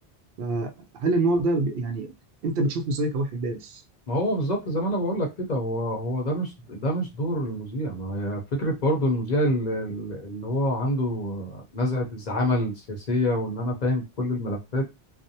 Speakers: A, on the right; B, on the left.
A: فهل النوع ده ب- يعني انت بتشوفه ازاي كواحد دارس
B: ما هو بالظبط زي ما انا بقول لك كده هو هو ده مش ده مش دور المذيع ما هي فكره برضو المذيع ال- ال- اللي هو عنده نزعه الزعامه السياسيه وان انا فاهم في كل الملفات